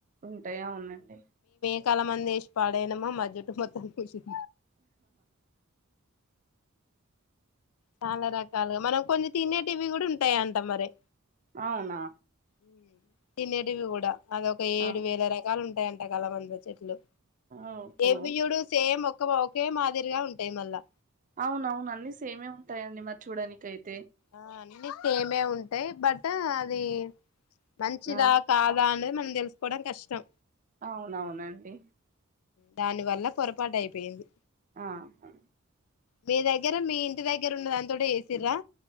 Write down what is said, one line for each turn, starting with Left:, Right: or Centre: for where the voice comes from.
Right: ఉంటాయా ఉన్నట్టే
Left: క్కల మందు ఏషి పాడైనామా మా జుట్టు మొత్తం <unintelligible> చాలా రకాలుగా మనం కొన్ని తినేటివి కూడా ఉంటాయంట మరి
Right: అవునా
Left: మ్మ్ తినేటివి కూడా అది ఒక ఏడు
Right: ఆ
Left: వేల రకాలు ఉంటాయన్ ఎండాకాలం అందు చెట్లు
Right: ఓహో
Left: ఎవ్యూడు సేమ్ మో కో ఓ ఒకే మాదిరిగా ఉంటాయి మళ్ళా
Right: అవున అవును అన్ని సేమే ఉంటాయి అండి మరి చూడనికైతే
Left: ఆ అన్ న్ని సెమే ఉంటాయి బట్ అది మంచిదా
Right: ఆ
Left: కాద అని మనం తెలుసుకోవడం కష్టం
Right: అవునవునండి
Left: దాని వల్ల పొరపాటు అయిపోయింది
Right: ఆహా
Left: మీ దగ్గర మీ ఇంటి దగ్గర ఉన్న దానితోటె చేసిర్రా